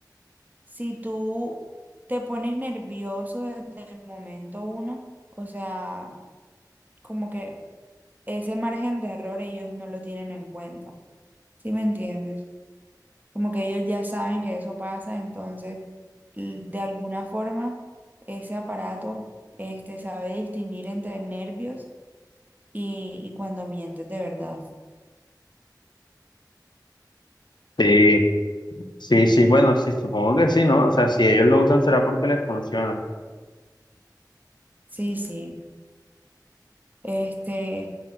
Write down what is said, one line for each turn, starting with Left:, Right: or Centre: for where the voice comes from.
Right: si tú te pones nervioso desde el momento uno, o sea, como que ese margen de error ellos no lo tienen en cuenta. ¿Sí me entiendes? Como que ellos ya saben que eso pasa, entonces l- de alguna forma ese aparato este, sabe distinguir entre nervios y, y cuando mientes de verdad.
Left: Sí, sí, sí, bueno, sí, supongo que sí, ¿no? O sea, si ellos lo usan será porque les funciona.
Right: Sí, sí. Este,